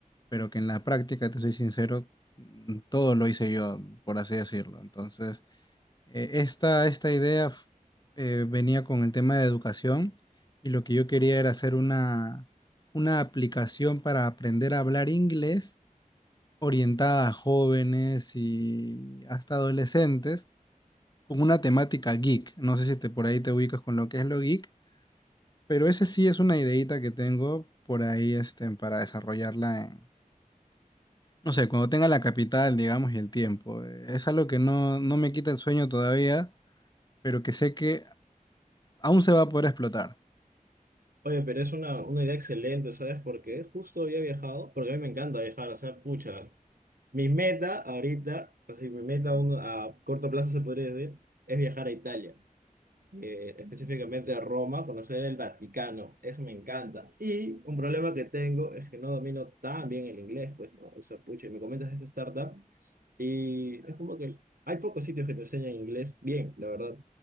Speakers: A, on the left; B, on the right.
A: pero que en la práctica, te soy sincero, mm, todo lo hice yo, por así decirlo. Entonces, eh, esta, esta idea f- eh, venía con el tema de educación y lo que yo quería era hacer una, una aplicación para aprender a hablar inglés orientada a jóvenes y hasta adolescentes con una temática geek. No sé si te, por ahí te ubicas con lo que es lo geek, pero ese sí es una ideita que tengo por ahí este, para desarrollarla en, no sé, cuando tenga la capital, digamos, y el tiempo. Eh, Es algo que no, no me quita el sueño todavía, pero que sé que aún se va a poder explotar.
B: Oye, pero es una, una idea excelente, ¿sabes? Porque justo había viajado, porque a mí me encanta viajar, o sea, pucha. Mi meta ahorita, así, mi meta uno- a corto plazo se podría decir, es viajar a Italia. eh, específicamente a Roma, conocer el Vaticano, eso me encanta. Y un problema que tengo es que no domino tan bien el inglés, pues, ¿no? O sea, pucha, y me comentas de esta startup y es como que hay pocos sitios que te enseñan inglés bien, la verdad.